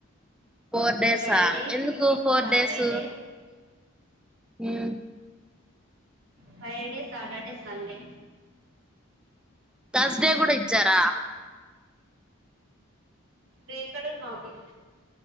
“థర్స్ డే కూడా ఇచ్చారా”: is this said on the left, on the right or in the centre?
Centre